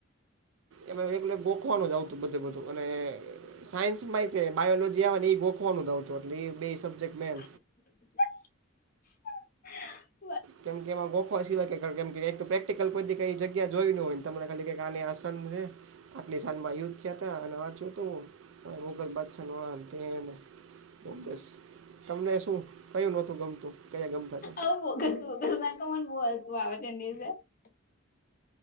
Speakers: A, on the right (about 75°); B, on the left (about 45°).
A: એમા એકને એક ગોખવાનું જ આવતું બધું બધું અને સાયન્સ માય બાયોલોજી આવે ને એ ગોખવાનું જતું એટલે એ બે સબ્જેક્ટ મેન.
B: <unintelligible>
A: કેમ કે એમાં ગોખવા સિવાય કે કેમકે કોઈદી કઈ જગ્યા જોઈ ન હોય તને કઈ આની આસન છે. આટલી સાલ માં યુદ્ધ થયા હતા અને વાચું હતું મુઘલ બાદશાહ નું આ ને તે બોગસ તમને શું કયું નહોતું ગમતું કયા ગમતા હતા?
B: આવું બોગસ, બોગસમાં તો મને બહું હસું આવે છે <unintelligible>